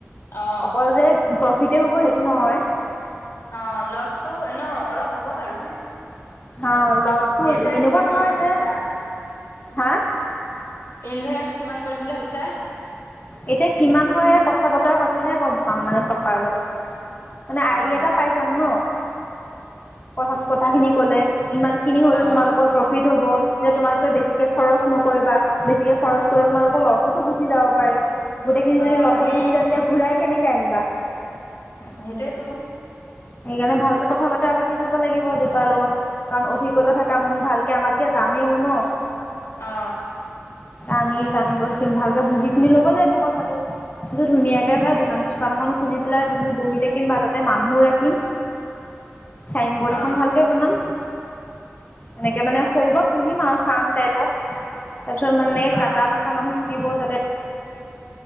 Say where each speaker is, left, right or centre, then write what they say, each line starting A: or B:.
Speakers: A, on the left (about 90°); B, on the left (about 35°).
A: অ',
B: অকল যে প্ৰফিতে হ'ব সেইটো নহয়।
A: অ লছটো এনে অলপ হ'ব বাৰু।
B: হা, লাজটো
A: ইনভেষ্ট
B: এনেকুৱা
A: কিমান
B: নহয়
A: কৰিম বুলি
B: যে
A: ভাবিছা?
B: হা
A: ইনভেষ্ট কিমান কৰিম বুলি ভাবিছা?
B: এতিয়া কিমান হয় কথা বতৰা পাতিলেহে গম পাম মানে পাপাৰ লগত। মানে আইডিয়া
A: অ',
B: এটা পাই যাম ন, কথা কথাখিনি কলে। ইমানখিনি হলে
A: অ',
B: তোমালোকৰ প্ৰফিট হ'ব। এতিয়া তোমালোকে বেছিকে খৰচ নকৰিবা বেছিকে খৰচ কৰি তোমালোকৰ লছতো গুচি যাব পাৰে। গোটেইখিনি
A: অ',
B: যদি লছত
A: সেই
B: গুচি যায় তেতিয়া ঘূৰাই কেনেকে আনিবা?
A: উ সেইটোৱেটো।
B: সেইকাৰণে ভালকে কথা বতৰা পাতি চাব লাগিব দেউতাৰ লগত, কাৰণ অভিজ্ঞতা থকা মানুহ ভালকে আমাতকে জানে। টো ন।
A: অ,
B: আমি জানিব ভালকে বুজি শুনি ল'ব লাগিব কথাটো কিন্তু ধুনীয়াকে চাই দোকান চোকান এখন খুলি পেলাই দুয়ো বহি থাকিম বা তাতে মানুহও ৰাখিম। চাইন বৰ্ড এখন
A: অ',
B: ভালকে বনাম এনেকে মানে সৰু বা পুহিম আৰু চাম। টাইপ অ তাৰপিছত মানে
A: অ',
B: কাটা বাচা মানুহ থাকিব যাতে